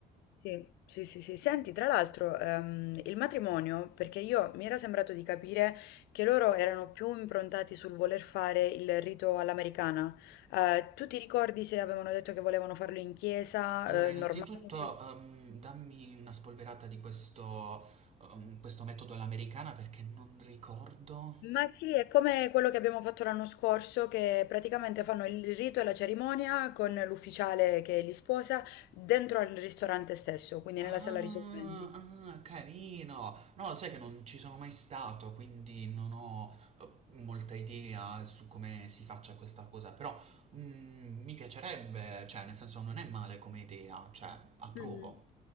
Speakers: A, on the left (about 80°); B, on the right (about 40°).
A: Sì, sì, sì, sì. Senti, tra l'altro, ehm, il matrimonio, perché io mi era sembrato di capire che loro erano più improntati sul voler fare il rito all'americana. Eh, tu ti ricordi se avevano detto che volevano farlo in chiesa,
B: Allora,
A: eh,
B: innanzitutto
A: normale? poi-
B: ehm, dammi una spolverata di questo, ehm, questo metodo all'americana perché non ricordo.
A: Ma sì, è come quello che abbiamo fatto l'anno scorso, che praticamente fanno il rito e la cerimonia con l'ufficiale che li sposa dentro al ristorante stesso, quindi
B: Ah,
A: nella sala risolventi.
B: ah, carino! No, sai che non ci sono mai stato, quindi non ho eh, molta idea su come si faccia questa cosa, però mm, mi piacerebbe, cioè, nel senso non è male come idea, cioè, approvo.
A: Mm,